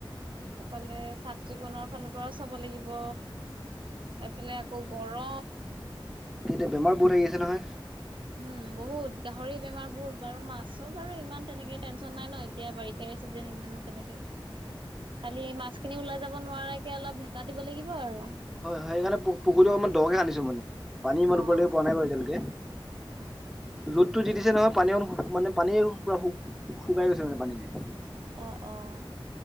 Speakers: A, on the right; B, in the centre.
A: এফালে চাফ চিকুনৰ ফালৰ পৰাও চাব লাগিব।
B: উম
A: এফালে আকৌ গৰম
B: তাকে, এতিয়া বেমাৰ বহুত আহি আছে নহয়।
A: উম' বহুত গাহৰি বেমাৰ বহুত, বাৰু মাছৰ বাৰু ইমান তেনেকে টেনচন নাই ন। এতিয়া বাৰিষাৰে
B: হয়
A: চিজন ইমান তেনেকে, খালি মাছ খিনি ওলাই যাব নোৱাৰাকে অলপ ভেটা দিব লাগিব। আৰু
B: হয় হয় সেইকাৰণে পুখুৰীটোৰ অকমান দৰকে খান্দিছো মানে, পানী ইমান
A: অ'।
B: ওৰলৈকে পোৱা নাই বাৰু এতিয়ালৈকে।
A: <unintelligible>
B: ৰ'দতটো দি দিছে নহয়, পানী মানে পানীয়ে পোৰা শুকাই গৈছে মানে পানী যে।
A: অ', অ',